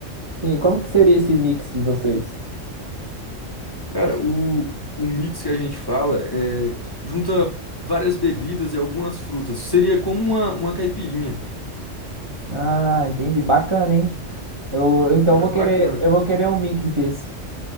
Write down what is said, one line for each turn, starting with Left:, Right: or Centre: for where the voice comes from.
Right: Sim, como que seria esse mix de vocês?
Left: Cara, o, o mix que a gente fala é, junta várias bebidas e algumas frutas. Seria como uma, uma caipirinha.
Right: Ah, entendi. Bacana, hein? Eu, então
Left: Cara,
Right: eu vou
Left: é bacana.
Right: querer, eu vou querer um mix desse.